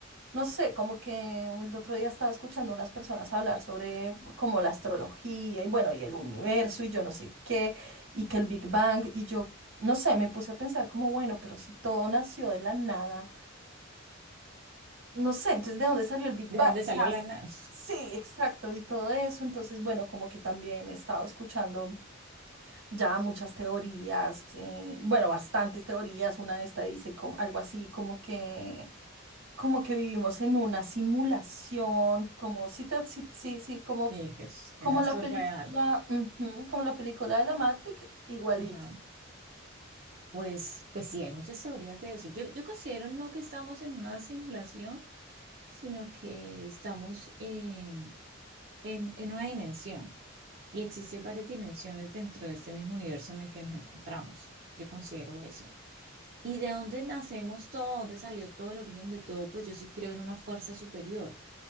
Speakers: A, on the right (about 75°); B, on the right (about 50°).
A: no sé, como que el otro día estaba escuchando unas personas hablar sobre como la astrología y bueno, y el universo y yo no sé qué, y que el Big Bang, y yo, no sé, me puse a pensar como, bueno, pero si todo nació de la nada no sé, entonces, ¿de dónde salió el Big
B: ¿De
A: Bang?
B: dónde
A: O
B: salió
A: sea,
B: la
A: s-
B: nave?
A: sí, exacto, y todo eso. Entonces, bueno, como que también he estado escuchando ya muchas teorías, eh, bueno, bastantes teorías. Una de estas dice como- algo así como que, como que vivimos en una simulación, como sí, te- sí, sí, sí, como,
B: Sí, que es,
A: como
B: que nada, esto
A: la película,
B: es real.
A: ujú, como la película de la Matrix, igualito.
B: Ajá. Pues, pues sí, hay muchas teorías de eso. Yo, yo considero no que estamos en una simulación, sino que estamos en, en, en una dimensión y existen varias dimensiones dentro de este mismo universo en el que nos encontramos. Yo considero eso. ¿Y de dónde nacemos todo? ¿Dónde salió todo el origen de todo? Pues yo sí creo en una fuerza superior.